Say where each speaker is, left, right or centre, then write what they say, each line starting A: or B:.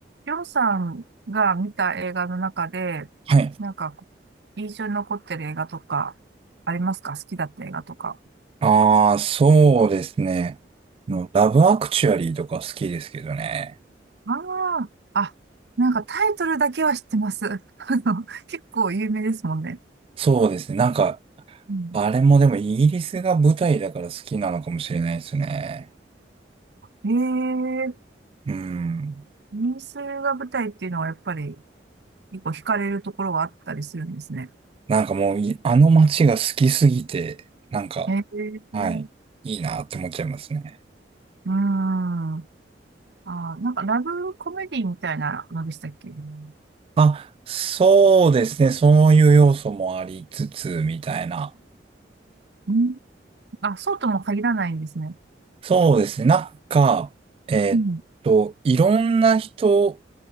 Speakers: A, on the right (about 65°); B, on the right (about 30°).
A: りょうさんが見た映画の中で、
B: はい。
A: なんか印象に残ってる映画とかありますか好きだった映画とか。
B: ああ、そうですね。の、
A: うん
B: ラブアクチュアリーとか好きですけどね。
A: あーあ、なんかタイトルだけは知ってます。<laughs> あの結構有名ですもんね。
B: そうですね。なんか、
A: うん
B: あれもでもイギリスが舞台だから好きなのかもしれないですね。
A: あ、ええ
B: うん。
A: 人数が舞台っていうのはやっぱり結構惹かれるところがあったりするんですね。
B: なんかもうい、あの街が好きすぎて、なんか、
A: え
B: はい、
A: え
B: いいなって思っちゃいますね。
A: うん。あー、なんかラブコメディみたいなのでしたっけうん
B: あ、そうですね。そういう要素もありつつ、みたいな。
A: うんあ、そうとも限らないんですね。
B: そうですね。なんか、えーっと、
A: うん。
B: いろんな人